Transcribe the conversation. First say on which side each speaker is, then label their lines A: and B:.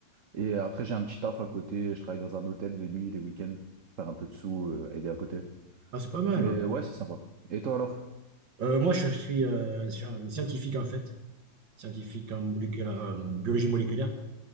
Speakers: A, on the right (about 50°); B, on the right (about 75°).
A: Et après j'ai un petit taf à côté, je travaille dans un hôtel de nuit les week-ends, faire un peu de sous, euh, aider à côté.
B: Ah, c'est pas mal.
A: Mais
B: hein.
A: ouais, c'est sympa. Et toi alors?
B: Euh, moi, je suis euh, sur- un scientifique, en fait. Scientifique en moléculaire- en biologie moléculaire.